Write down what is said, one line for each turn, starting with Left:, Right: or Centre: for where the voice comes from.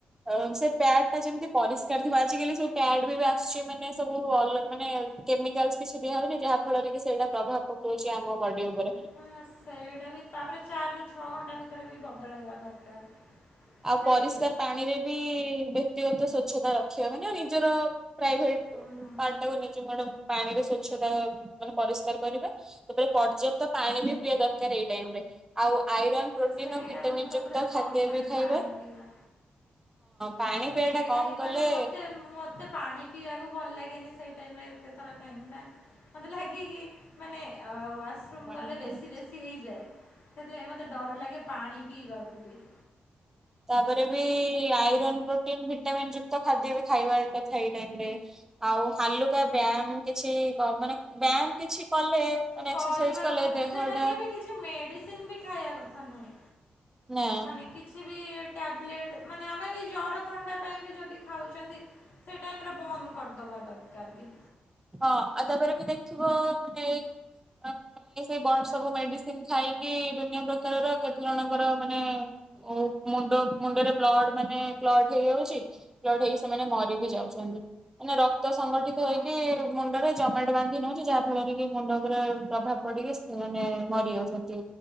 Right: ଅ ସେ ପ୍ୟାଡ଼୍ ଟା ଯେମିତି ପରିଷ୍କାର ଥିବ ଆଜିକାଲି ସବୁ ପ୍ୟାଡ଼୍ ବି ଏବେ ଆସୁଚି ମାନେ ସବୁ ଅଲ୍ ମାନେ କେମିକାଲସ୍ କିଛି ଦିଆହଉନେଇ ଯାହା ଫଳରେ କି ସେଇଟା ପ୍ରଭାବ ପକଉଚି ଆମ ବଡ଼ି ଓପରେ।
Left: ହଁ ସେଇଟା ବି ତାପରେ ଚାରିରୁ ଛଅ ଘଣ୍ଟା ଭିତରେ ବି ବଦଳେଇବା ଦରକାର।
Right: ଆଉ
Left: ନାଇଁ
Right: ପରିଷ୍କାର
Left: କି?
Right: ପାଣିରେ ବି ବ୍ୟକ୍ତିଗତ ସ୍ଵଚ୍ଛତା ରଖିବା ମାନେ ନିଜର ପ୍ରାଇଭେଟ୍
Left: ହୁଁ ହୁଁ ହୁଁ
Right: ପାର୍ଟଟାକୁ ନିଜେ ମାଡ଼ାମ୍ ପାଣିରେ ସ୍ଵଚ୍ଛତା ମାନେ ପରିଷ୍କାର କରିବା। ତ ପରେ ପର୍ଯ୍ୟାପ୍ତ ପାଣି ବି ପିଇବା ଦରକାର ଏଇ ଟାଇମ୍ ରେ। ଆଉ ଆଇରନ୍ ପ୍ରୋଟିନ୍
Left: ସେଇଟା
Right: ଆଉ ଭିଟାମିନ୍
Left: ମୁଁ ତ
Right: ଯୁକ୍ତ
Left: ପୁରା
Right: ଖାଦ୍ୟ
Left: କମ୍ କରେ
Right: ବି ଖାଇବା।
Left: ପାଣି ପିଇବା ହଁ
Right: ପାଣି ପିଇବା
Left: ସେଇଟା
Right: ଟା କମ
Left: ହିଁ
Right: କଲେ
Left: ମାନେ ମୋତେ ମତେ ପାଣି ପିଇବାକୁ ଭଲ ଲାଗେନି ସେଇ ଟାଇମ୍ ରେ ଏତେ ଥର କାହିଁକି ନା ମତେ ଲାଗେ କି ମାନେ ଅ ୱାସରୁମ୍
Right: ହଁ
Left: ଗଲେ ବେଶୀ ବେଶୀ ହେଇଯାଏ ସେଥିପାଇଁ ମୋତେ ଡର ଲାଗେ ପାଣି ପିଇବାକୁ ବି।
Right: ତାପରେ ବି ଆଇରନ୍ ପ୍ରୋଟିନ ଭିଟାମିନ୍ ଯୁକ୍ତ ଖାଦ୍ୟ ବି ଖାଇବା କଥା ଏଇ ଟାଇରେ ଆଉ ହାଲୁକା ବ୍ୟାୟାମ କିଛି କ ମାନେ ବ୍ୟାୟାମ କିଛି କଲେ ମାନେ
Left: କରିବା
Right: ଏକ୍ସରସାଇଜ କଲେ
Left: କଥା ନୁହେଁ
Right: ଦେହଟା
Left: ସେଇ ଟାଇମରେ ବି କିଛି କିଛି ମେଡିସିନ ବି ଖାଇବା କଥା ନୁହେଁ।
Right: ନାଇଁ
Left: ମାନେ କି କିଛି ବି ଟ୍ୟାବଲେଟ୍ ମାନେ ଆମେ ବି ଜର ଥଣ୍ଡା ପାଇଁ ବି ଯଦି ଖାଉଚନ୍ତି ସେଇ ଟାଇମରେ ବନ୍ଦ କରିଦବା ଦରକାର ବି।
Right: ହଁ ଆଉ ତାପରେ ବି ଦେଖିବ ମାନେ ଏଇ ସେ ବଡ ସବୁ ମେଡିସିନ ଖାଇକି ଦୁନିଆ ପ୍ରକାରର କେତେ ଜଣଙ୍କର ମାନେ ଓ ମୁଣ୍ଡ ମୁଣ୍ଡରେ ବ୍ଲଡ ମାନେ କ୍ଲଟ ହେଇଯାଉଚି କ୍ଲଟ ହେଇକି ସେମାନେ ମରି ବିି ଯାଉଚନ୍ତି। ମାନେ ରକ୍ତ ସଂଗଠିତ
Left: ହଁ
Right: ହେଇକି
Left: ହଁ।
Right: ମୁଣ୍ଡରେ ଜମାଟ ବାନ୍ଧି ନେଉଚି ଯାହା ଫଳରେ କି ମୁଣ୍ଡ ଉପରେ ପ୍ରଭାବ ପଡିକି ସେମାନେ ମରି ଯାଉଚନ୍ତି